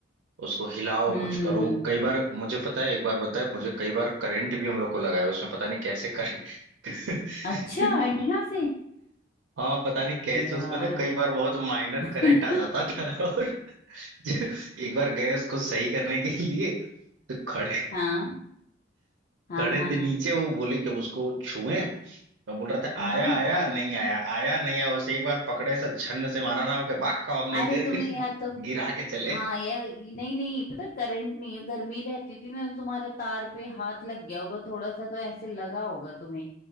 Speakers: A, on the right; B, on the left.
A: उसको हिलाओ
B: हम्म
A: कुछ करो कई बार मुझे पता है एक बार बताए मुझे कई बार करंट भी हम लोग को लगा है उसमें पता नहीं कैसे करे <laughs>
B: अच्छा एंटीना से
A: हाँ पता नहीं कैसे
B: यार
A: उसमें ना कई बार बहुत माइनर
B: <laughs>
A: करंट आ जाता था <laughs> और जो- एक बार गए उसको सही करने के लिए तो खड़े
B: हाँ हाँ
A: खड़े
B: हाँ
A: थे नीचे वो बोले कि हम उसको छुएं मैं बोल रहा था
B: हाँ
A: आया आया नहीं आया आया नहीं आया बस एक बार पकड़े ऐसा झन्न से मारा ना के बा काम नहीं
B: अरे
A: करेंगे
B: तुमने
A: <laughs>
B: यार तो
A: गिरा के चले
B: हाँ यार नहीं नहीं पता करंट नहीं है गर्मी रहती थी ना तो तुम्हारे तार पे हाथ लग गया होगा थोड़ा सा तो ऐसे लगा होगा तुम्हें